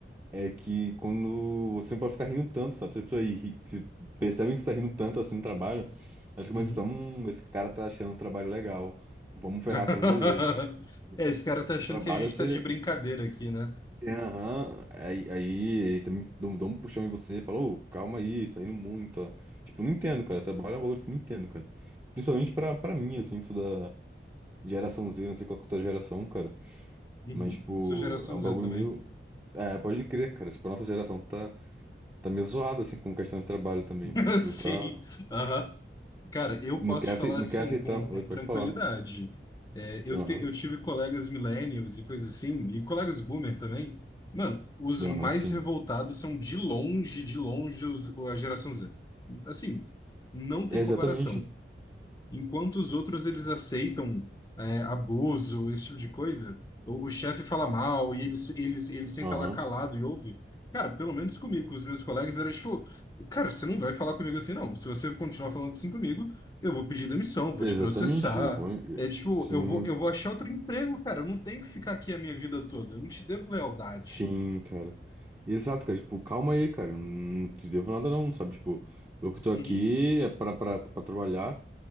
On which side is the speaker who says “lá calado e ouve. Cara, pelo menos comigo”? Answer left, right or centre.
Left